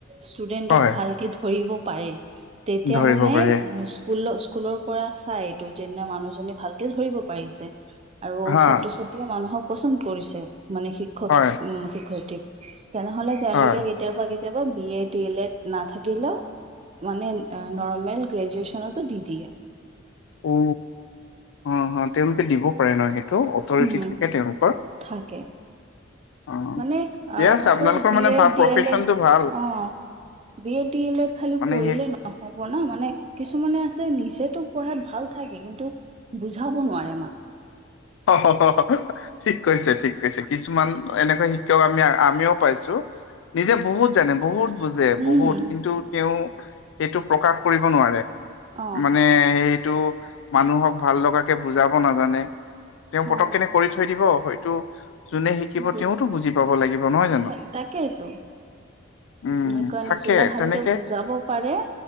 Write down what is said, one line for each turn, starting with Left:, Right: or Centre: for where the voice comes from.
Right: ষ্টুেডেন্টক
Left: হয়
Right: ভালকে ধৰিব পাৰে তেতিয়া
Left: ধৰিব
Right: মানে
Left: পাৰে
Right: স্কুলৰ স্কুলৰ পৰা চাই এইটো যেনে মানুহজনী ভালকে ধৰিব পাৰিছে। আৰু
Left: হা
Right: ছাত্ৰ ছাত্ৰীয়ে মানুহক পচন্দ কৰিছে মানে শিক্ষক
Left: হয়,
Right: উ শিক্ষয়িত্ৰীক। তেনেহলে তেওঁলোকে
Left: হয়
Right: কেতিয়াবা কেতিয়াবা B Ed D L Ed নাথাকিলেও মানে নৰ্মেল গ্ৰেজুয়চনতো দি দিয়ে
Left: অ অ অ তেওঁলোকে দিব পাৰে ন সেইটো অথৰিটি
Right: উম
Left: থাকে তেওঁলোকৰ।
Right: থাকে
Left: অ'।
Right: মানে আ
Left: ঠিকে আছে
Right: অকল
Left: আপোনালোকৰ
Right: বি
Left: মানে
Right: এ
Left: ভাল
Right: ডি
Left: প্ৰফেচনটো
Right: এল এ
Left: ভাল
Right: অঁ। B Ed D L Ed খালি
Left: মানে
Right: পঢ়িলেটৈ
Left: সেই
Right: নহব ন মানে কিছুমানে আছে নিজেতো পঢ়াত ভাল থাকে কিন্তু বুজাব নোৱাৰে মানুহ
Left: অ ঠিক কৈছে ঠিক কৈছে কিছুমান এনেকা শিক্ষক আমি আমিও পাইছো নিজে বহুত জানে বহুত বুজে
Right: উম
Left: বহুত কিন্তু তেওঁ সেইটো প্ৰকাশ কৰিব নোৱাৰে
Right: অ
Left: মানে সেইটো মানুহক ভাল লগাকে বুজাব নাজানে তেওঁ পতক
Right: অ
Left: কেনে কৰি থৈ দিব হয়টো যোনে শিকিব
Right: বুজ
Left: তেওঁতো
Right: অ
Left: বুজি পাব লাগিব নহয় জানো।
Right: সেই তাকেইতো
Left: উম
Right: সেইকাৰণে
Left: থাকে
Right: যোনে ভালকে
Left: তেনেকে
Right: বুজাব পাৰে